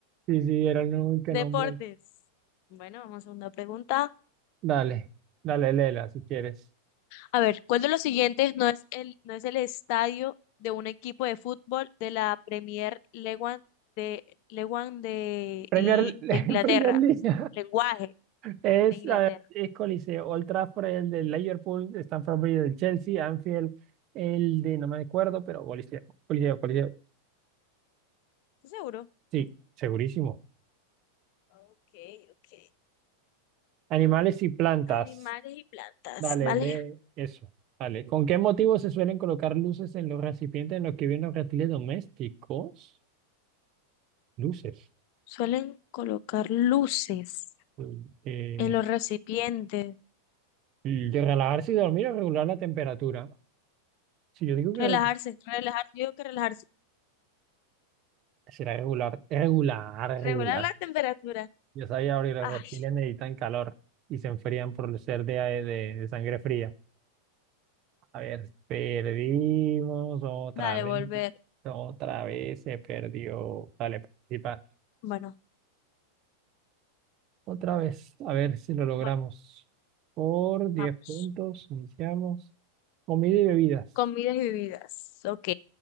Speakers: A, on the right; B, on the left.
A: Sí, sí, era el único
B: Deportes.
A: nombre.
B: Bueno, vamos a una pregunta.
A: Dale, dale, Lela, si quieres.
B: A ver, ¿cuál de los siguientes no es el, no es el estadio de un equipo de fútbol de la Premier League de, League de,
A: Premier,
B: y, de Inglaterra?
A: <laughs> Premier League.
B: Lenguaje
A: Es,
B: de Inglaterra.
A: a ver, es Coliseo, Old Trafford, el de Liverpool, Stamford Bridge del Chelsea, Anfield, el de, no me acuerdo, pero Coliseo, Coliseo, Coliseo.
B: ¿Estás seguro?
A: Sí, segurísimo.
B: Ok, ok.
A: Animales y plantas.
B: Animales y plantas,
A: Dale,
B: ¿vale?
A: lee eso. Dale. ¿Con qué motivo se suelen colocar luces en los recipientes en los que viven los reptiles domésticos? Luces.
B: Suelen colocar luces
A: Mm, Eh,
B: en los recipientes.
A: mm, de relajarse y dormir o regular la temperatura. Si yo digo que
B: Relajarse,
A: re-
B: relajarse. Yo digo que relajarse.
A: será regular, regular, regular.
B: Regular la temperatura.
A: Yo sabía abrir los
B: Ay,
A: reptiles necesitan calor y se enfrían por ser de, de, de sangre fría. A ver, perdimos otra
B: dale,
A: vez,
B: volver.
A: otra vez se perdió. Dale, participar.
B: Bueno,
A: Otra vez, a ver si lo logramos.
B: bueno,
A: Por diez
B: vamos.
A: puntos, iniciamos. Comida y bebidas.
B: Comidas y bebidas. Ok.